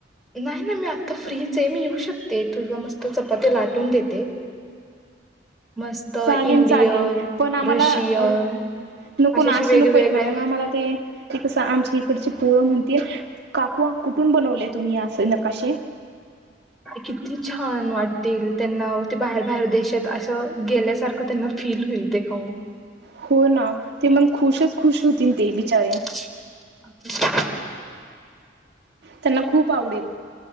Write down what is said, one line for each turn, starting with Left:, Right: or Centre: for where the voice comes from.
Centre: नाही नाही मी आता फ्रीच ये, मी येऊ शकते तुला मस्त चपाती लाटून देते. मस्त
Right: चालेल
Centre: इंडियन,
Right: चालेल पण आम्हाला
Centre: रशियन
Right: अ नको
Centre: अशा
Right: ना
Centre: अशा
Right: असे
Centre: वेगवेगळ्या
Right: नको येत ना, मग आम्हाला ते ते कसं आमच्या इकडचे पोरं म्हणतील, काकू आ कुठून बनवलेय तुम्ही असे नकाशे?
Centre: किती छान वाटतील त्यांना, ते बाहेर बाहेर देशात असं गेल्यासारखं त्यांना फील होईल ते खाऊन
Right: हो ना, ते मग खुशच- खुश होतील ते बिचारे.
Centre: अच् <inaudible>
Right: त्यांना खूप आवडेल.